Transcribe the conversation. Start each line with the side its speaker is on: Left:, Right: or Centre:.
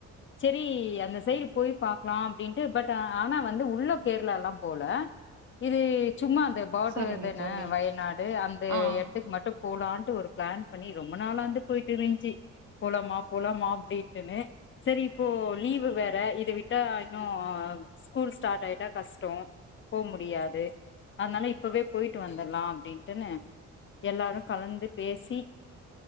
Left: செரி அந்த சைடு போய் பாக்லா அப்படின்ட்டு பட் ஆனா வந்து உள்ள கேரளா எல்லா போல இது சும்மா அந்த பாடருதான
Right: சரிங்க தோழி
Left: வயநாடு அந்த
Right: ஆ
Left: எ துக்கு மட்டு போலான்ட்டு ஒரு ப்ளான் பண்ணி ரொம்ப நாளாந்து போயிட்டு இருந்ச்சு போலாமா போலாமா அப்டின்ட்டுன்னு செரி இப்போ லீவு வேற இத விட்டா இன்னு ஸ்கூல் ஸ்டாட் ஆயிட்டா கஷ்டோ போ முடியாது அதனால இப்பவே போயிட்டு வந்துரலா அப்படின்ட்டுன்னு எல்லாரு கலந்து பேசி